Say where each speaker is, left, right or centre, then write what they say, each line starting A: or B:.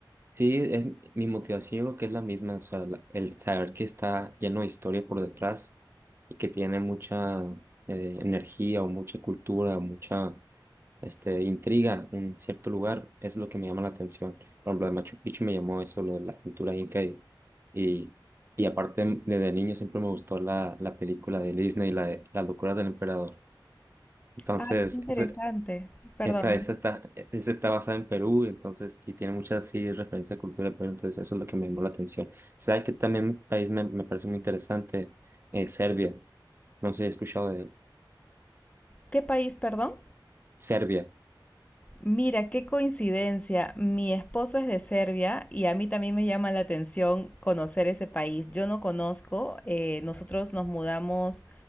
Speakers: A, on the right; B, on the left.
A: Sí, es, mi motivación creo que es la misma, o sea, la- el saber que está lleno de historia por detrás y que tiene mucha eh, energía o mucha cultura o mucha este, intriga en cierto lugar es lo que me llama la atención. Por ejemplo, de Machu Picchu me llamó eso, lo de la cultura inca y, y, y aparte desde niño siempre me gustó la, la película de Disney, la de Las locuras del emperador. Entonces,
B: Ah, qué interesante.
A: esa,
B: Perdón.
A: esa está, esa está basada en Perú, entonces, y tiene muchas sí, referencias a cultura de Perú, entonces eso es lo que me llamó la atención. ¿Sabes que también mi país me, me parece muy interesante? Eh, Serbia. No sé si he escuchado de
B: ¿Qué país, perdón?
A: Serbia.
B: Mira, qué coincidencia. Mi esposo es de Serbia y a mí también me llama la atención conocer ese país. Yo no conozco, eh, nosotros nos mudamos,